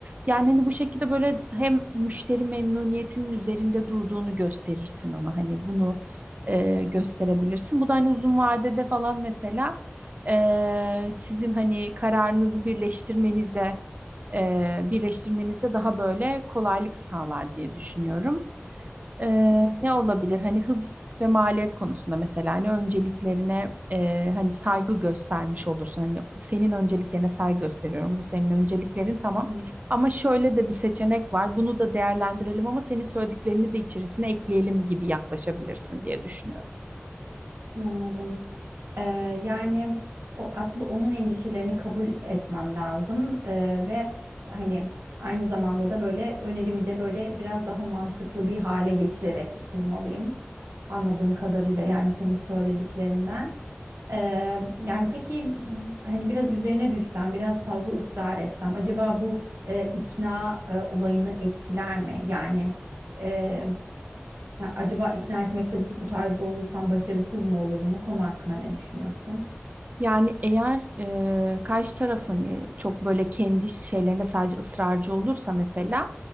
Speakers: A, on the right; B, on the right.
A: Yani hani bu şekilde böyle hem müşteri memnuniyetinin üzerinde durduğunu gösterirsin ona. Hani bunu e, gösterebilirsin. Bu da hani uzun vadede falan mesela e, sizin hani kararınızı birleştirmenize e, birleştirmenize daha böyle kolaylık sağlar diye düşünüyorum. Ee,
B: Hmm,
A: ne olabilir? Hani hız ve maliyet konusunda mesela hani önceliklerine e, hani saygı göstermiş olursun. Hani senin önceliklerine saygı gösteriyorum. Bu senin önceliklerin tamam.
B: hmm,
A: Ama şöyle de bir seçenek var. Bunu da değerlendirelim ama senin söylediklerini de içerisine ekleyelim gibi yaklaşabilirsin diye düşünüyorum.
B: Anladım. Ee, yani o aslında onun endişelerini kabul etmem lazım Ee, ve hani aynı zamanda da böyle önerimi de böyle biraz daha mantıklı bir hale getirerek sunmalıyım. Anladığım kadarıyla yani senin söylediklerinden. Ee, yani peki hani biraz üzerine düşsem, biraz fazla ısrar etsem, acaba bu e, ikna e, olayını etkiler mi? Yani e, ya acaba ikna etmekte bu bu tarzda olursam başarısız mı olurum? Bu konu hakkında ne düşünüyorsun?
A: Yani eğer e, karşı taraf hani çok böyle kendi şeylerinde sadece ısrarcı olursa mesela